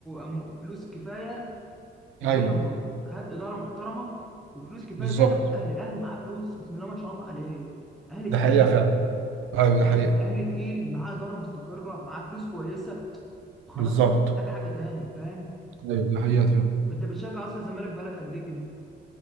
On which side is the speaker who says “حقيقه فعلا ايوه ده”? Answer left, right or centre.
Right